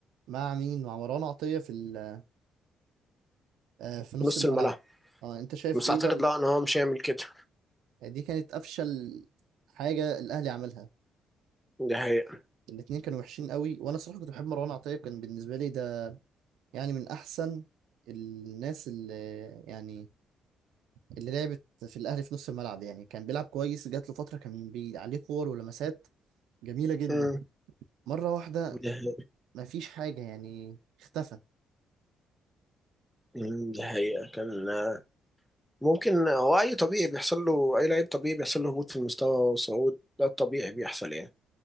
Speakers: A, on the right; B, in the centre.
A: مع مين مع مروان عطية في ال- آه في نص
B: في نص
A: الملعب
B: الملعب
A: اه أنت شايف
B: بس
A: إيه
B: اعتقد
A: رأيك
B: لا ان هو مش هيعمل كده
A: دي كانت أفشل حاجة الأهلي عملها
B: دي حقيقة
A: الاتنين كانوا وحشين قوي وأنا صراحة كنت بحب مروان عطية كان بالنسبة لي ده يعني من احسن الناس اللي يعني اللي لعبت في الاهلي في نص الملعب يعني كان بيلعب كويس جات له فتره كان بي عليه كور ولمسات جميله جدا
B: مم.
A: مره واحده
B: دي حقيقة
A: ما فيش حاجه يعني اختفى
B: مم، دي حقيقة كان آه، ممكن هو اي طبيعي بيحصل له اي لعيب طبيعي بيحصل له هبوط في المستوى وصعود ده الطبيعي بيحصل يعني